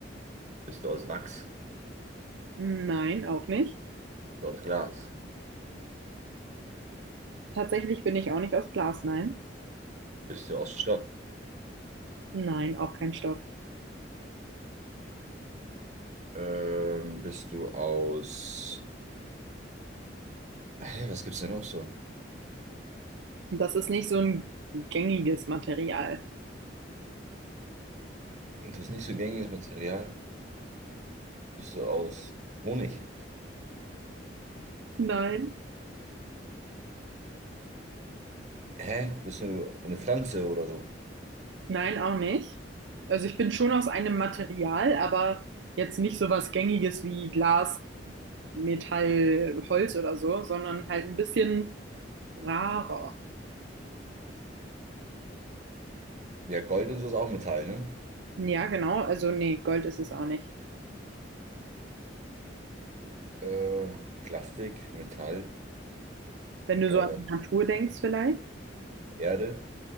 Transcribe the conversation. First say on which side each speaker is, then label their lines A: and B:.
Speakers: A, on the right; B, on the right.
A: Bist du aus Wachs?
B: Nein, auch nicht.
A: Bist du aus Glas?
B: Tatsächlich bin ich auch nicht aus Glas, nein.
A: Bist du aus Stoff?
B: Nein, auch kein Stoff.
A: Ähm, bist du aus... Hä, was gibt's denn noch so?
B: Das ist nicht so ein gängiges Material.
A: Das ist nicht so gängiges Material. Bist du aus Honig?
B: Nein.
A: Hä? Bist du eine Pflanze oder so?
B: Nein, auch nicht. Also ich bin schon aus einem Material, aber jetzt nicht so was Gängiges wie Glas, Metall, Holz oder so, sondern halt ein bisschen rarer.
A: Ja, Gold und so ist auch Metall, ne?
B: Ja, genau. Also nee, Gold ist es auch nicht.
A: Äh, Plastik, Metall,
B: Wenn du
A: äh,
B: so an die Natur denkst vielleicht?
A: Erde,